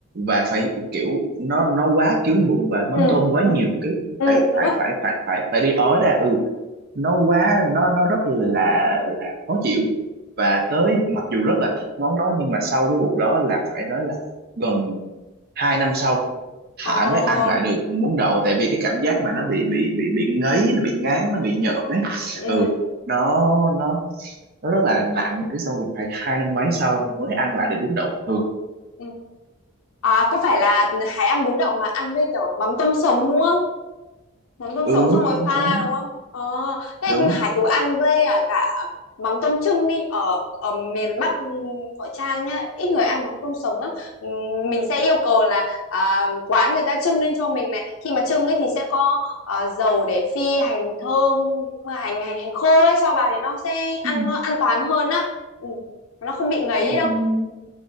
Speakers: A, on the right; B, on the left.
A: và phải kiểu nó nó quá chướng bụng và mắm
B: ừ
A: tôm quá
B: ừ
A: nhiều cái
B: ừ
A: phải
B: đúng
A: phải
B: rồi
A: phải phải phải phải đi ói ra ừ nó quá nó nó rất là là khó chịu và tới mặc dù rất là thích món đó nhưng mà sau cái vụ đó là phải nói là gần hai năm sau Hải
B: ờ
A: mới ăn lại được bún đậu tại vì cái cảm giác mà nó bị bị bị bị ngấy nó bị ngán nó bị nhợn ấy
B: ừ
A: ừ nó nó nó rất là nặng cái xong rồi phải hai năm mấy sau mới ăn lại được bún đậu bình thường
B: ừ à có phải là hải ăn bún đậu mà ăn với kiểu mắm tôm sống đúng không mắm tôm
A: ừ
B: sống xong rồi
A: không
B: pha
A: sống
B: đúng không ờ thế
A: đúng
B: hải thú ăn với à, cả mắm tôm trưng đi ở ở miền Bắc ừm, Hội Trang nhá ít người ăn mắm tôm sống lắm Ừm, mình sẽ yêu cầu là à, quán người ta trưng lên cho mình này khi mà trưng ấy thì sẽ có ờ, dầu để phi hành thơm hành hành hành khô ấy cho vào thì nó sẽ ăn
A: ừ,
B: nó an toàn hơn á ừ, nó không bị ngấy
A: ừ,
B: đâu